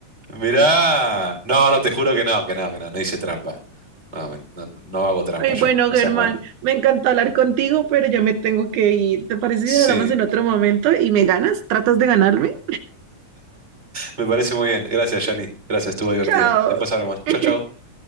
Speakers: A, on the right; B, on the right.
A: Mirá, no, no, te juro que no, que no, que no, no hice trampa. No, men- no, no hago trampa
B: Ay,
A: yo,
B: bueno,
A: no
B: Germán,
A: seas malo.
B: me encantó hablar contigo, pero ya me tengo que ir. ¿Te parece
A: Sí,
B: si hablamos en otro momento y me ganas? ¿Tratas de ganarme?
A: me parece muy bien. Gracias, Yanni. Gracias, estuvo divertido.
B: Chao.
A: Después hablamos.
B: <laughs>
A: Chau, chau.